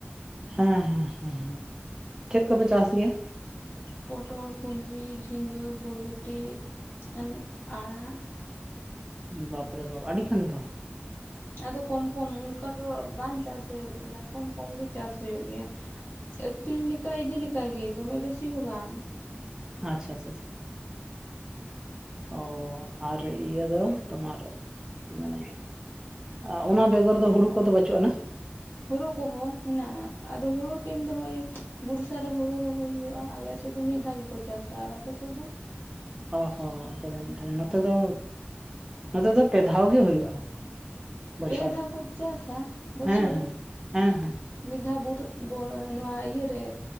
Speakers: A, on the right; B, on the left.
A: ᱦᱮᱸ ᱦᱮᱸ ᱦᱮᱸᱦᱮᱸ, ᱪᱮᱫ ᱠᱚᱯᱮ ᱪᱟᱥ ᱜᱮᱭᱟ?
B: ᱯᱚᱴᱚᱞ, ᱠᱩᱸᱫᱽᱨᱤ, ᱡᱷᱤᱸᱜᱟᱹ, ᱵᱷᱚᱨᱵᱷᱚᱴᱤ, ᱟᱱ ᱟᱲᱟᱜ᱾
A: ᱵᱟᱯ ᱨᱮ ᱵᱟᱵ, ᱟᱹᱰᱤ ᱠᱷᱟᱱ ᱫᱚ?
B: ᱟᱫᱚ ᱠᱚᱢ ᱠᱚᱢ ᱚᱸᱠᱟ ᱫᱚ ᱣᱟᱜ ᱵᱟᱝ ᱪᱟᱥ ᱦᱩᱭᱩᱜ ᱜᱮᱭᱟ, ᱠᱚᱢ ᱠᱚᱢ ᱜᱮ ᱪᱟᱥ ᱦᱩᱭᱩᱜ ᱜᱮᱭᱟ᱾ ᱟᱹᱠᱷᱨᱤᱧ ᱞᱮᱠᱟ, ᱤᱫᱤ ᱞᱮᱠᱟ ᱜᱮ ᱫᱚᱢᱮ ᱵᱮᱥᱤ ᱦᱚ ᱵᱟᱝ?
A: ᱟᱪᱪᱷᱟ ᱟᱪᱪᱷᱟ, ᱪᱷᱟ᱾ ᱚ ᱟᱨ ᱤᱭᱟᱹ ᱫᱚ ᱛᱳᱢᱟᱨ ᱢᱟᱱᱮ ᱟ ᱚᱱᱟ ᱵᱮᱜᱚᱨ ᱫᱚ ᱦᱩᱲᱩ ᱠᱚᱫᱚ ᱵᱟᱹᱪᱩᱜ ᱟᱱᱟ?
B: ᱦᱩᱲᱩ ᱠᱚᱦᱚᱸ ᱦᱮᱱᱟᱜᱼᱟᱸ ᱟᱫᱚ ᱦᱩᱲᱩ ᱴᱟᱹᱭᱤᱢ ᱫᱚ ᱦᱚᱸᱜᱼᱚᱭ ᱵᱚᱲᱥᱟ ᱨᱮ ᱦᱩᱲᱩ ᱨᱚᱦᱚᱭ ᱦᱩᱭᱩᱜᱼᱟ ᱟᱞᱮ ᱥᱮᱫ ᱫᱚ ᱢᱮᱫ ᱫᱷᱟᱣ ᱜᱮ, ᱠᱚ ᱪᱟᱥᱼᱟ ᱟᱨ ᱟᱯᱮᱥᱮᱫ ᱫᱚ?
A: ᱚᱦᱚ ᱚᱱᱛᱮ ᱫᱚ ᱢᱤᱫ ᱫᱷᱟᱣ ᱜᱮ, ᱱᱚᱛᱮ ᱫᱚ, ᱱᱚᱛᱮ ᱫᱚ ᱯᱮ ᱫᱷᱟᱣ ᱜᱮ ᱦᱩᱭᱩᱜᱼᱟ᱾ ᱵᱚᱪᱷᱚᱨ
B: ᱯᱮ ᱫᱷᱟᱣ
A: ᱨᱮ
B: ᱠᱚ ᱪᱟᱥᱼᱟ, ᱵᱚᱪᱷᱚᱨ
A: ᱦᱮᱸ ᱦᱮᱸ
B: ᱨᱮ?
A: ᱦᱮᱸ ᱦᱮᱸ
B: ᱢᱤᱫ ᱫᱷᱟᱣ ᱵᱩᱨ ᱵᱚᱲ ᱱᱚᱣᱟ ᱤᱭᱟᱹᱨᱮ,